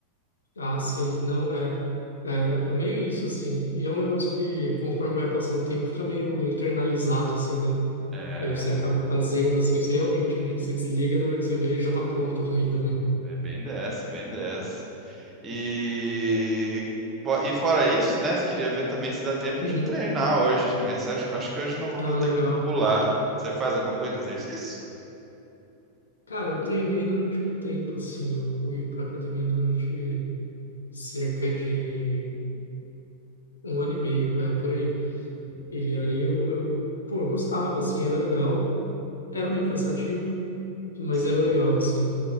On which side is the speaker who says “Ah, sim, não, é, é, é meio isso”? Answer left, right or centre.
Left